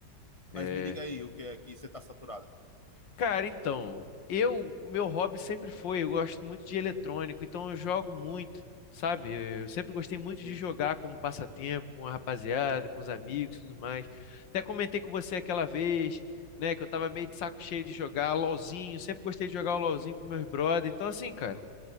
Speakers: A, on the left; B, on the left.
A: Mas
B: É,
A: me diga aí o que é que você tá saturada.
B: Cara, então, eu, meu hobby sempre foi, eu gosto muito de eletrônico, então eu jogo muito, sabe? Eu sempre gostei muito
A: Sim,
B: de jogar como passatempo, com a rapaziada, com os amigos, tudo mais. Até comentei com você aquela vez, né, que eu tava meio de saco cheio de jogar LOLzinho, sempre gostei de jogar o LOLzinho com meus brothers. Então assim, cara,